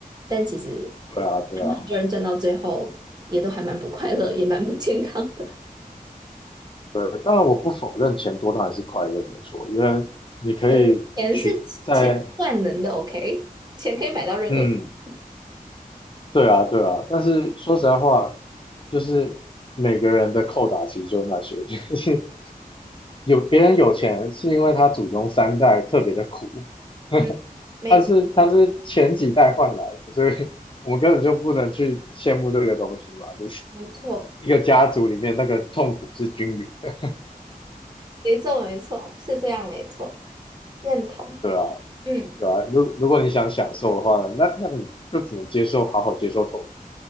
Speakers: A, on the right (about 25°); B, on the left (about 35°).
A: 但其实
B: 对啊，对啊。
A: 他们很多人赚到最后也都还蛮不快乐，也蛮不健康的。
B: 对，当然我不否认钱多当然是快乐，没错，因为你可以去在，
A: 呃，钱是钱万能的，OK，钱可以买到任何东西。
B: 嗯，对啊，对啊，但是说实在话，就是每个人的扣打其实就那些，<laughs> 就是有别人有钱是因为他祖宗三代特别的苦，
A: 嗯，
B: <laughs>
A: 没错，
B: 他是他是前几代换来的，所以我们根本就不能去羡慕这个东西嘛，就是
A: 没错，
B: 一个家族里面那个痛苦是均匀的，
A: 没错，没错，是这样，没错，认同。
B: 对啊。
A: 嗯，
B: 对啊，如如果你想享受的话呢，那那你就只能接受，好好接受痛苦。